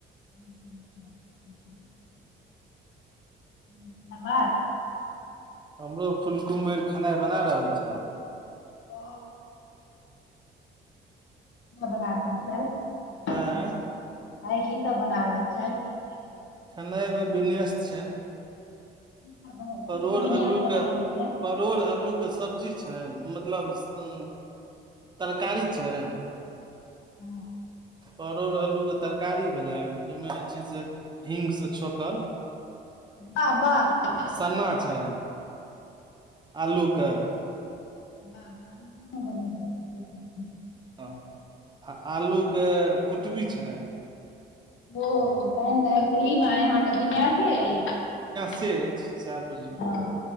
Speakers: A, on the left; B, on the right.
A: <unintelligible> आ बाज
B: हमरो फुलकुमबर खेनाइ बना रहल छथि
A: ओ बना रहल छै
B: आँय
A: आइ की सब बना रहल छथि
B: ठण्डामेमे बिन आस छ
A: की सब बन-
B: परोड़
A: की सब विन्यास
B: आलू
A: बना
B: के
A: रहल छथि
B: परोड़ आलू के सब्जी अचछा मतलब अ तरकारी छै
A: हँ।
B: परोड़ अल्लूके तरकारी भेलै ओहिमे जे छै से ही्सँ छौोकल
A: वाह बाह
B: सन्ना छनि आलूके
A: वाह <unintelligible>
B: हँ, आ आलूके कुटबी छैन
A: ओ तहन आइ सहीमे आइ अहाँके विन्यासे अछि
B: से अइछ सएह बुझू
A: हँ